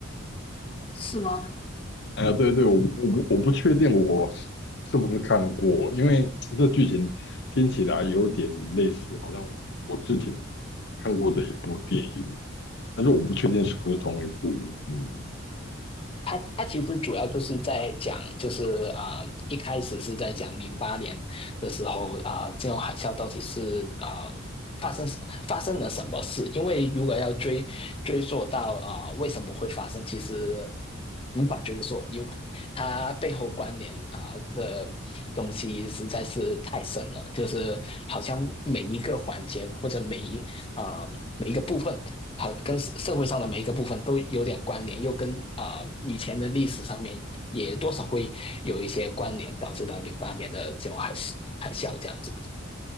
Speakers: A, on the left; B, on the left.
A: 是吗？
B: 啊，对对，我我不我不确定我是不是看过，因为这剧情听起来有点类似，好像我之前看过的一部电影，但是我不确定是不是同一部。嗯
A: 他他其实主要就是在讲，就是啊、呃一开始是在讲零八年的时候啊、呃金融海啸到底是啊、呃发生发生了什么事？因为如果要追追溯到啊、呃为什么会发生，其实无法追溯，因为它背后关联啊、的东西实在是太深了，就是好像每一个环节或者每一啊、呃每一个部分和跟社会上的每一个部分都有点关联，又跟啊、呃以前的历史上面也多少会有一些关联，导致到零八年的这种海海啸这样子。